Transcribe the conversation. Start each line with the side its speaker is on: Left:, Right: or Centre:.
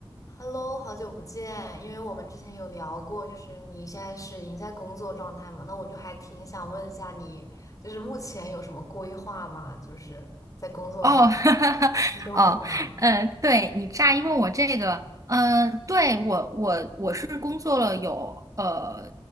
Left: Hello，好久不见，因为我们之前有聊过，就是你现在是已经在工作状态嘛，那我就还挺想问一下你，就是目前有什么规划吗？就是在工作上、
Right: 哦，<laughs> 哈哈哈，
Left: 生活上。
Right: 哦，嗯，对你乍一问我这个，嗯，对我我我是工作了有呃